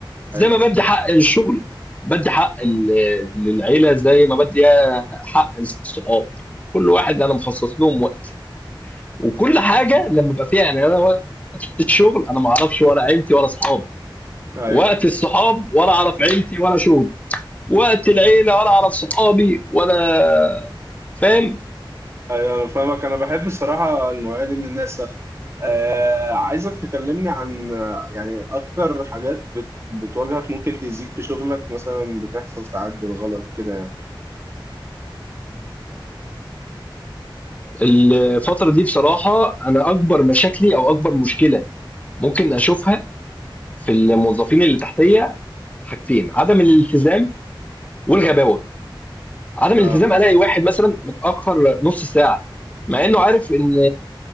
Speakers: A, on the left; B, on the right.
A: زي
B: ايوه
A: ما بدي حق الشغل بدي حق ال- للعيله زي ما بدي حق الصحاب كل واحد انا مخصص لهم وقت وكل حاجه لما بقى فيها يعني انا وقت الشغل انا ما اعرفش ولا عيلتي ولا صحابي
B: ايوه
A: وقت الصحاب ولا اعرف عيلتي ولا شغلي وقت العيله ولا اعرف صحابي ولا فاهم
B: ايوه انا فاهمك انا بحب الصراحه النوعيه دي من الناس آه عايزك تكلمني عن آه، يعني اكتر حاجات بت بتواجهك ممكن تأذيك في شغلك مثلا بتحصل ساعات بالغلط كده يعني
A: الفتره دي بصراحه انا اكبر مشاكلي او اكبر مشكله ممكن اشوفها في الموظفين اللي تحتيه حاجتين عدم الالتزام والغباوه عدم
B: اه
A: الالتزام الاقي واحد مثلا متاخر نص ساعه مع انه عارف ان